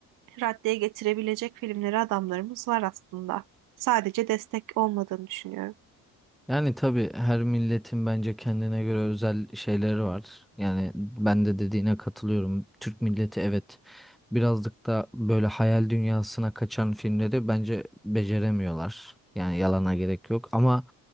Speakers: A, on the right; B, in the centre.
A: raddeye getirebilecek filmleri adamlarımız var aslında. Sadece destek olmadığını düşünüyorum.
B: Yani tabii her milletin bence kendine göre özel şeyleri var. Yani ben de dediğine katılıyorum. Türk milleti evet birazcık da böyle hayal dünyasına kaçan filmleri bence beceremiyorlar. Yani yalana gerek yok ama